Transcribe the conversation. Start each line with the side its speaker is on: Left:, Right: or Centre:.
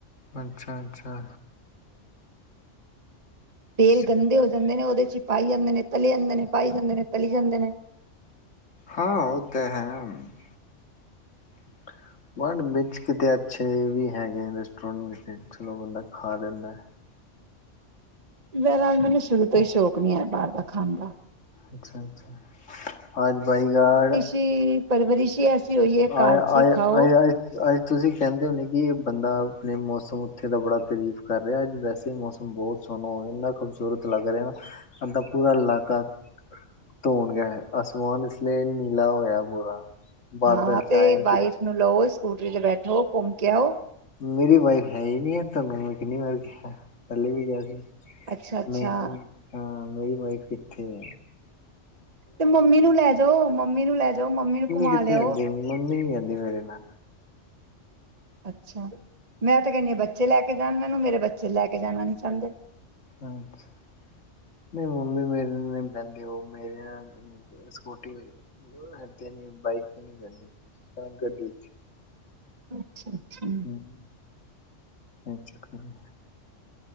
Left: ਅੱਛਾ-ਅੱਛਾ।
Right: ਤੇਲ
Left: ਸਹੀ
Right: ਗੰਦੇ ਹੋ ਜਾਂਦੇ ਨੇ ਉਹਦੇ ਚ ਹੀ ਪਾਈ ਜਾਂਦੇ ਨੇ ਤਲੇ ਜਾਂਦੇ ਨੇ ਪਾਈ ਜਾਂਦੇ ਨੇ ਤਲੀ ਜਾਂਦੇ ਨੇ
Left: ਹਾਂ, ਉਹ ਤਾਂ ਹੈ। <inaudible> <unintelligible> ਵਿੱਚ ਅੱਛੇ ਵੀ ਹੈਗੇ ਆ ਰੈਸਟੋਰੈਂਟ ਜਿੱਥੇ ਚਲੋ ਬੰਦਾ ਖਾ ਲੈਂਦਾ।
Right: <unintelligible> ਮੈਨੂੰ ਸ਼ੁਰੂ ਤੋਂ ਹੀ ਸ਼ੌਕ ਨੀ ਹੈਗਾ ਬਾਹਰ ਦਾ ਖਾਣ ਦਾ।
Left: ਅੱਛਾ-ਅੱਛਾ, ਹਜ ਬਾਈਗੌੜ।
Right: ਈ ਪਰਵਰਿਸ਼ ਐਸੀ ਹੋਈ ਹੈ ਘਰ
Left: ਆਇਆ-ਆਇਆ
Right: ਚ ਹੀ ਖਾਓ
Left: ਆਇਆ ਏ। ਅੱਜ ਤੁਸੀਂ ਕਹਿੰਦੇ ਹੋਣੇ ਕਿ ਬੰਦਾ ਆਪਣੇ ਮੌਸਮ ਉੱਥੇ ਦਾ ਬੜਾ ਤਾਰੀਫ ਕਰ ਰਿਹਾ ਅੱਜ ਵੈਸੇ ਮੌਸਮ ਬਹੁਤ ਸੁਣੋ ਇੰਨਾ ਖੂਬਸੂਰਤ ਲੱਗ ਰਿਹਾ ਨਾ। ਸਾਡਾ ਪੂਰਾ ਇਲਾਕਾ ਧੋਣ ਗਿਆ। ਅਸਮਾਨ ਇਸ ਲਈ ਨੀਲਾ ਹੋਇਆ ਪੂਰਾ। ਬਾਦਲ
Right: ਹਾਂ ਤੇ
Left: ਛਾਏ ਨੇ
Right: ਵਾਈਫ
Left: ਚਿੱਟੇ
Right: ਨੂੰ ਲਓ, ਸਕੂਟਰੀ ਤੇ ਬੈਠੋ ਘੁੰਮ ਕੇ ਆਓ।
Left: ਮੇਰੀ ਵਾਈਫ ਹੈ ਹੀ ਨੀ ਹੈ। ਤੁਹਾਨੂੰ ਮੈਂ ਕਿੰਨੀ ਵਾਰ ਕਿਹਾ ਪਹਿਲੇ ਵੀ ਕਿਹਾ ਸੀ।
Right: ਅੱਛਾ ਅੱਛਾ
Left: ਮੈਂ ਹਾਂ ਮੇਰੀ ਵਾਈਫ ਕਿੱਥੇ ਆ।
Right: ਤੇ ਮੰਮੀ ਨੂੰ ਲੈ ਜਾਓ, ਮੰਮੀ ਨੂੰ ਲੈ ਜਾਓ ਮੰਮੀ ਨੂੰ ਘੁਮਾ
Left: ਕਿੱਥੇ
Right: ਲਿਆਓ।
Left: ਜਾਂਦੀ ਮੰਮੀ ਨੀ ਜਾਂਦੀ ਮੇਰੇ ਨਾਲ
Right: ਅੱਛਾ, ਮੈਂ ਤਾਂ ਕਹਿੰਨੀ ਹਾਂ ਬੱਚੇ ਲੈ ਕੇ ਜਾਣ ਮੈਨੂੰ ਮੇਰੇ ਬੱਚੇ ਲੈ ਕੇ ਨੀਂ ਜਾਣਾ ਚਾਹੁੰਦੇ।
Left: ਅੱਛਾ, ਨਹੀਂ ਮੰਮੀ ਮੇਰੇ ਨਾਲ ਨਹੀਂ ਬਹਿੰਦੀ ਉਹ ਮੇਰੀ ਨਾਲ ਸਕੂਟੀ ਤੇ ਨੀ ਬਾਈਕ ਤੇ ਨੀ ਬਹਿੰਦੀ ਨਾ ਗੱਡੀ 'ਚ'।
Right: ਅੱਛਾ-ਅੱਛਾ।
Left: ਹਮ, ਇਹ ਚੱਕਰ ਏ।